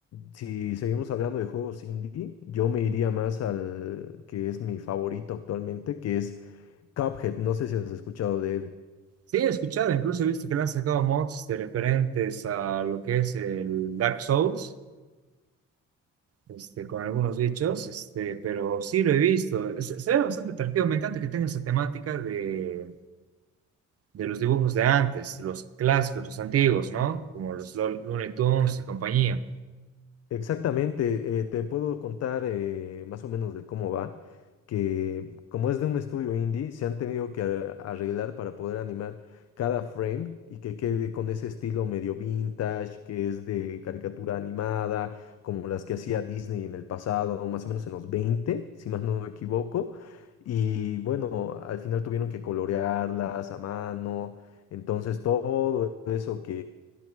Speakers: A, on the left; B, on the right.
A: si seguimos hablando de juegos indie, yo me iría más al que es mi favorito actualmente, que es Cuphead. No sé si has escuchado de él.
B: Sí, he escuchado, incluso he visto que le han sacado mods de referentes a lo que es el Dark Souls. este, con algunos bichos, este, pero sí lo he visto. Se, se ve bastante atractivo. Me encanta que tenga esa temática de, de los dibujos de antes, los clásicos, los antiguos, ¿no? Como los Lo- Looney Tunes y compañía.
A: Exactamente, eh, te puedo contar eh, más o menos de cómo va, que como es de un estudio indie, se han tenido que ar- arreglar para poder animar cada frame y que quede con ese estilo medio vintage, que es de caricatura animada, como las que hacía Disney en el pasado, más o menos en los 20, si más no me equivoco. Y bueno, al final tuvieron que colorearlas a mano, entonces todo eso